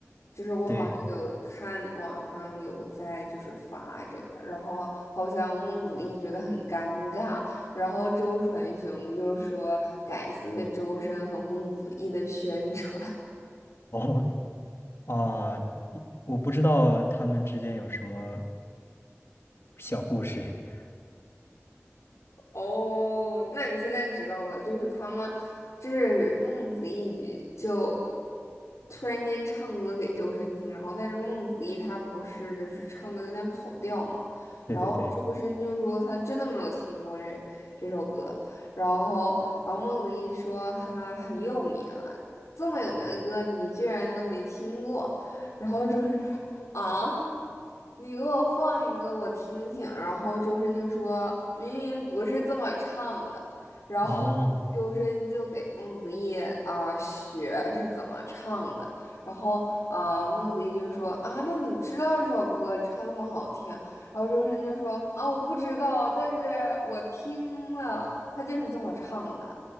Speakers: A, on the left; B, on the left.
A: 就是我好像有看网上有在就是发这个，
B: 对，
A: 然后好像孟子义觉得很尴尬，然后周传雄就说感谢周深和孟子义的宣传。
B: 哦啊，我不知道他们之间有什么小故事。<laughs>
A: 哦，那你现在知道了，就是他们，就是孟子义就突然间唱歌给周深听，然后但是孟子义他不是就是唱歌有点跑调嘛，
B: 对对对，
A: 然后周深就说他真的没有听过这这首歌，然后然后孟子义说他很有名啊，这么有名的歌你居然都没听过，然后周深就说啊，你给我放一个我听听，然后周深就说明明不是这么唱的，然后。
B: 哦
A: 周深就给孟子义啊、呃学是怎么唱的，然后啊孟子义就说啊，那你知道这首歌唱这么好听，然后周深就说啊我不知道，但是我听了，他就是这么唱的，